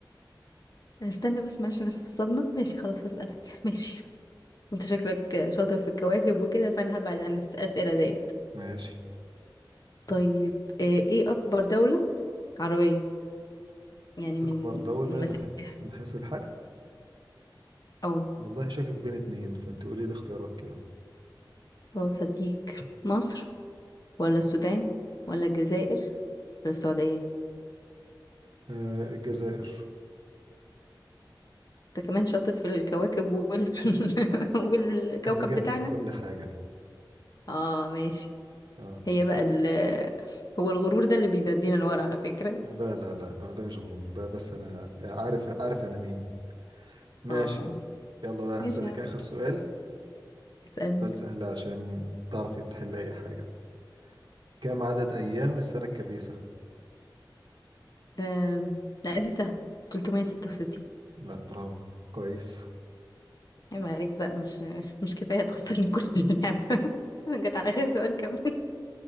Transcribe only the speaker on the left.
استنى بس معلش انا في الصدمه ماشي خلاص هسألك ماشي انت شكلك شاطر في الكواكب وكده فانا هبعد عن الاسئله دي
طيب آه، ايه اكبر دولة عربية يعني
من
من مساحة
او
خلاص هديك مصر ولا السودان ولا الجزائر ولا السعودية
انت كمان شاطر في الكواكب وال... <laughs> والكوكب
بتاعنا
اه ماشي
هي بقى ال... هو الغرور ده اللي بينادينا لورا على فكرة
اه
ماشي
يا عم
اسألني
آم، لا دي سهلة 366
عيب عليك بقى مش مش كفاية تخسرني كل اللعبة <laughs> جت على آخر سؤال كمان